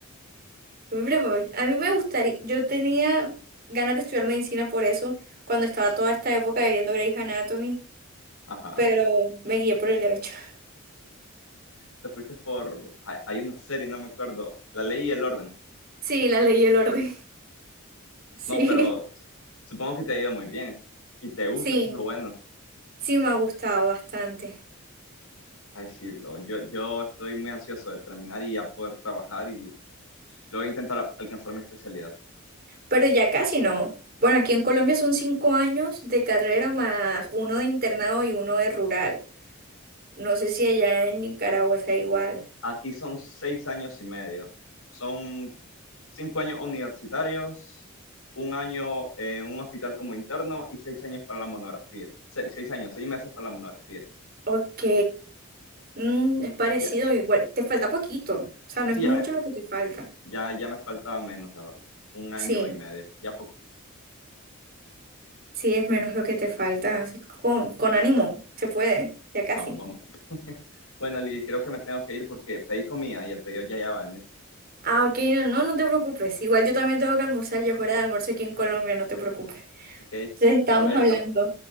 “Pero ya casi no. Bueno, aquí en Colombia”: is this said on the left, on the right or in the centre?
Right